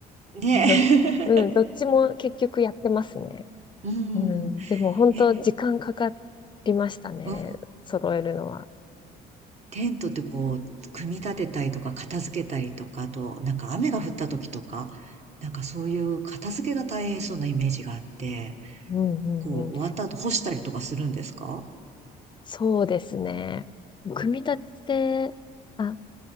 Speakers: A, on the right; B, on the left.
A: ね。<laughs>
B: うん、うんどっちも結局やってますね。
A: うん。
B: うん、でも本当時間かか
A: え、
B: りましたね。
A: うん。
B: 揃えるのは。
A: テントってこう、組み立てたりとか、片付けたりとか、あと、なんか雨が降った時とか、なんかそういう片付けが大変そうなイメージがあって、
B: うんうんうん。
A: こう、終わった後干したりとかするんですか
B: そうですね。組み立てあ